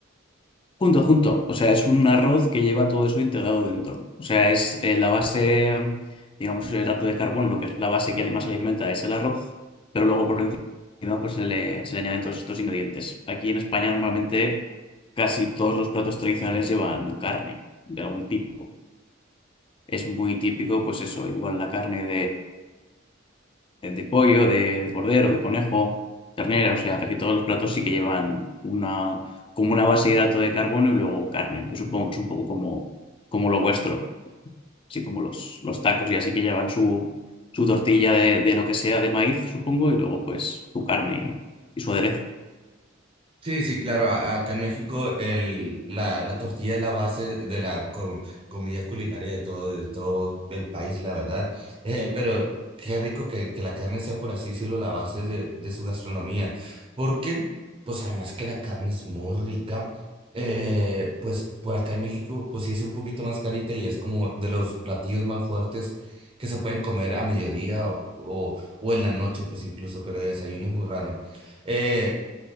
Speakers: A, on the left (about 25°); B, on the right (about 30°).
A: Junto, junto. O sea, es un arroz que lleva todo eso integrado dentro. O sea, es eh, la base, digamos, el hidrato de carbono, lo que es la base que más alimenta es el arroz, pero luego por encima pues se le, se le añaden todos estos ingredientes. Aquí en España normalmente casi todos los platos tradicionales llevan carne de algún tipo. Es muy típico, pues eso, igual la carne eh, de pollo, de cordero, de conejo, ternera, o sea, casi todos los platos sí que llevan una, como una base de hidrato de carbono y luego carne, que supongo que es un poco como, como lo vuestro, así como los, los tacos, y así que llevan su, su tortilla de, de lo que sea de maíz, supongo, y luego pues su carne y, y su aderezo,
B: Sí, sí, claro. a- Acá en México el, la, la tortilla es la base de la com- comida culinaria de todo, de todo el país, la verdad. Eh, pero qué rico que, que la carne sea, por así decirlo, la base de, de su gastronomía. Porque, pues además que la carne es muy rica, eh, pues por acá en México, pues sí es un poquito más carita y es como de los platillos más fuertes que se pueden comer a mediodía o, o, o en la noche, pues incluso, pero de desayuno es muy raro. Eh,